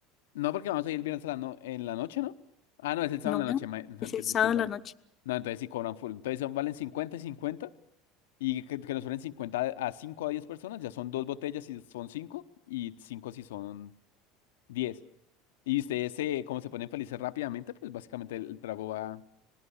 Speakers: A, on the left; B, on the left.
A: no, porque vamos a ir el viernes a la no- en la noche, ¿no? Ah, no, es el sábado
B: No,
A: en la noche, ma- <laughs>
B: es el sábado
A: discúlpame.
B: en la noche.
A: No, entonces sí cobran full. Entonces son- valen 50 y 50. Y que, que nos suelen 50 a cinco a 10 personas, ya son dos botellas si son 5 y 5 si son diez Y ustedes, eh, como se ponen felices rápidamente, pues básicamente el, el trago va a